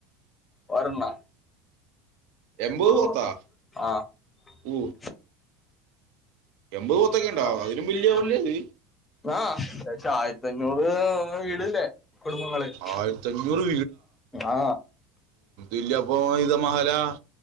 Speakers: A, on the left (about 20°); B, on the right (about 70°).
A: വരണ്ണ
B: എൺപത്
A: എമ്പത്
B: പോത്താ
A: പോത്ത ആഹ..
B: ഊ
A: മ്
B: എൺപത്
A: എമ്പത്
B: പോത്തൊക്കെ
A: പൊത്തോ
B: ഉണ്ടോ
A: ക്കേണ്ട
B: അതിലും വലിയ പള്ളി അത്
A: <unintelligible> ആഹ് ദേശ ആയിരത്തിണ്ഞ്ഞൂറ് വീടില്ലെ കുടുംബങ്ങള്ട
B: ആയിരത്തഞ്ഞൂറ്
A: ആഹ
B: ഇല്ലപ്പൊ ഇത മഹലാ